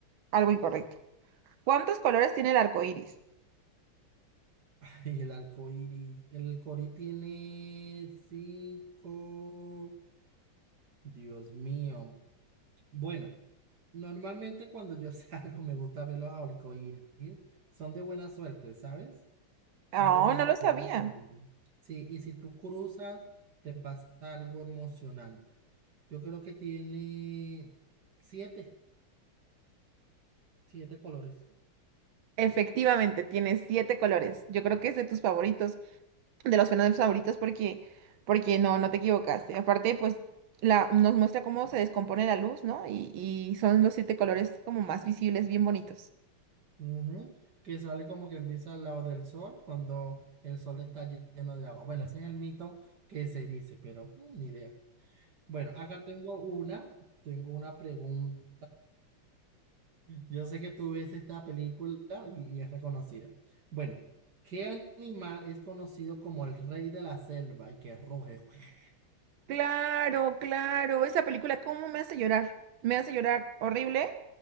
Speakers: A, on the right; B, on the right.
A: algo incorrecto. ¿Cuántos colores tiene el arco iris?
B: <laughs> Y el arco iris, el cori tiene cinco. Dios mío. Bueno, normalmente cuando yo <laughs> salgo me gusta ver los arcoíris. Son de buena suerte, ¿sabes? Son
A: Oh,
B: de buena
A: no lo sabía.
B: suerte también. Sí, y si tú cruzas, te pasa algo emocionante. Yo creo que tiene siete, siete colores.
A: Efectivamente, tiene siete colores. Yo creo que es de tus favoritos, de los fenómenos favoritos, porque, porque no, no te equivocaste. Aparte, pues la, nos muestra cómo se descompone la luz, ¿no? Y, y son los siete colores como más visibles, bien bonitos.
B: Ujú, Que sale como quien dice al lado del sol cuando el sol está lleno de agua. Bueno, ese es el mito que se dice, pero mm, ni idea. Bueno, acá tengo una, tengo una pregunta. Yo sé que tú ves esta película y, y es reconocida. Bueno, ¿qué animal es conocido como el rey de la selva y que ruge? <laughs>
A: Claro, claro. Esa película, ¿cómo me hace llorar? Me hace llorar horrible.